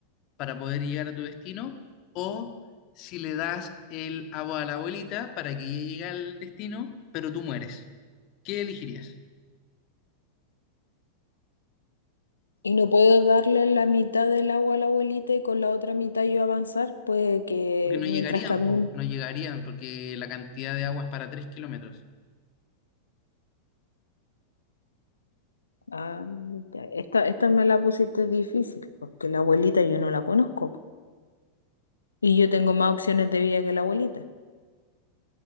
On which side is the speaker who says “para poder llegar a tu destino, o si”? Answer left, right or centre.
Left